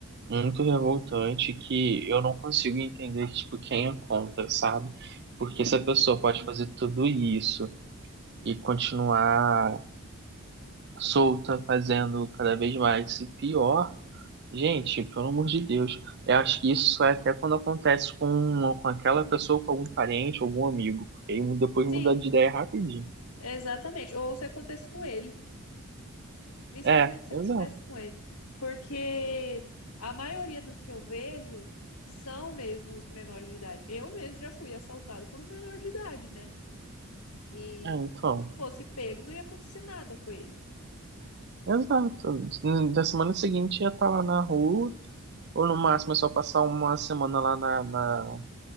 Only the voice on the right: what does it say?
muito revoltante que eu não consigo entender, tipo, quem é contra, sabe? Porque
se a pessoa pode fazer tudo isso e continuar solta, fazendo cada vez mais, e pior. Gente, pelo amor de Deus, eu acho que isso é até quando acontece com, com aquela pessoa, com algum parente, algum amigo, porque aí mu- depois
muda de ideia rapidinho.
É,
exato.
É, então,
exato. Na semana seguinte ia estar lá na rua, ou no máximo é só passar uma semana lá na, na,